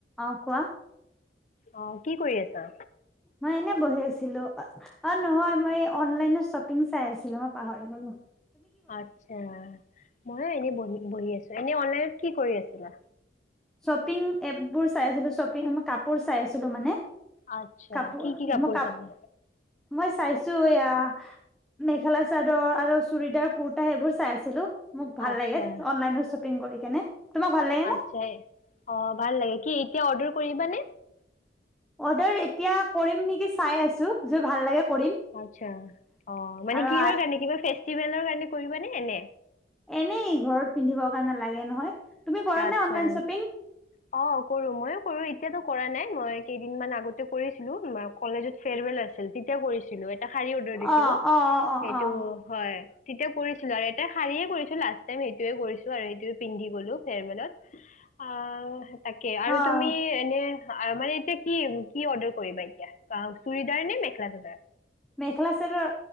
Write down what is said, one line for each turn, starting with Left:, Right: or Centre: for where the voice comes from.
Centre: অ কোৱা
Left: অ কি কৰি আছা
Centre: মই এনে বহি আছিলো অ নহয় মইলাইনত শ্বপিং চাই আছিলো মই পাহৰিগলো
Left: আচ্ছা মই এনেই বহি বহি আছো এনে অনলাইনত কি কৰি আছিলা।
Centre: শ্বপিং এপবোৰ চাই আছিলো শ্বপিং মই কাপোৰ চাই আছিলো মানে
Left: আচ্ছা
Centre: কাপোৰ
Left: কি কি কাপোৰ
Centre: মই কাপ
Left: চালা?
Centre: মই চাইছো এয়া। মেখেলা চাদৰ আৰু চুৰিটাৰ কুুৰ্তা সেইবোৰ চাই আছিলো। মোক ভাল
Left: আচ্ছা
Centre: লাগে অনলাইনৰ শ্বপিং কৰি কেনে তোমাক ভালাগে
Left: আচ্ছা
Centre: নে
Left: অ ভাল লাগে কি এতিয়া অৰ্ডাৰ কৰিবানে
Centre: অৰ্ডাৰ এতিয়া কৰিম নেকি চাই আছো যদি ভাল লাগে কৰিম
Left: আচ্ছা অ মানে
Centre: আৰু
Left: কিহৰ কাৰণে কিবা ফেষ্টিভেলৰ কাৰণে কৰিব নে এনে
Centre: এনেই ঘৰত পিন্ধিবৰ কাৰণে লাগে নহয়। তুমি কৰা
Left: আচ্ছা
Centre: নে অনলাইন শ্বপিং
Left: অ কৰো ময়ো কৰো এতিয়াতো কৰা নাই মই কেইদিন মমান আগতে কৰিছিলো কলেজত ফেয়াৰৱেল আছিল তেতিয়া কৰিছিলো এটা শাৰী অৰ্ডাৰ দিছিলো
Centre: অ অ অ
Left: সেইটো
Centre: অ
Left: হয়। তেতিয়া কৰিছিলো আৰু এটা শাৰীয়ে কৰিছো লাষ্ট টাইম সেইটোয়ে কৰিছো আৰু সেইটোয়ে পিন্ধি গ'লো মেলত আহ তাকে আৰু
Centre: অ
Left: তুমি
Centre: অ
Left: এনে আৰু মানে এতিয়া কি কি অৰ্ডাৰ কৰিবা এতিয়া চুৰিটাৰ নে মেখেলা চাদাৰ
Centre: মেখেলা চাদৰ